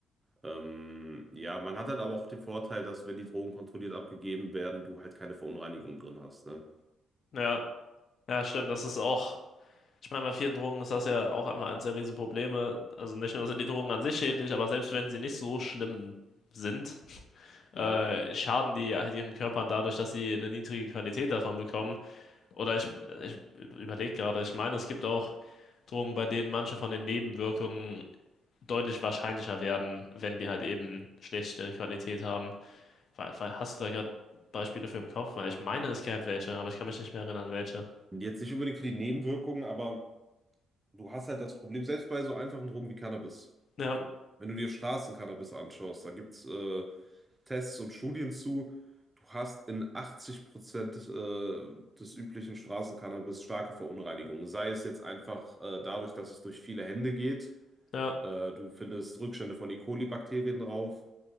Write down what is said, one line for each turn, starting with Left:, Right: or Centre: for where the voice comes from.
Right: Ähm, ja, man hat halt aber auch den Vorteil, dass wenn die Drogen kontrolliert abgegeben werden, du halt keine Verunreinigungen drin hast, ne?
Left: ja, ja, stimmt, das ist auch. Ich meine, bei vielen Drogen ist das ja auch einfach eines der Riesenprobleme. Also nicht nur sind die Drogen an sich schädlich, aber selbst wenn sie nicht so schlimm sind, äh,
Right: Ja.
Left: schaden die halt ihren Körpern dadurch, dass sie eine niedrige Qualität davon bekommen. Oder ich, ich überlege gerade, ich meine, es gibt auch Drogen, bei denen manche von den Nebenwirkungen deutlich wahrscheinlicher werden, wenn die halt eben schlechte Qualität haben. Weil- weil- Hast du da gerade Beispiele für im Kopf? Weil ich meine, es gäbe welche, aber ich kann mich nicht mehr erinnern, welche.
Right: Und Jetzt nicht unbedingt für die Nebenwirkungen, aber du hast halt das Problem, selbst bei so einfachen Drogen wie Cannabis.
Left: Ja,
Right: Wenn du dir Straßencannabis anschaust, da gibt es äh, Tests und Studien zu. Du hast in 80% des, äh, des üblichen Straßencannabis starke Verunreinigungen. Sei es jetzt einfach äh, dadurch, dass es durch viele Hände geht.
Left: ja,
Right: Äh, du findest Rückstände von E. coli-Bakterien drauf.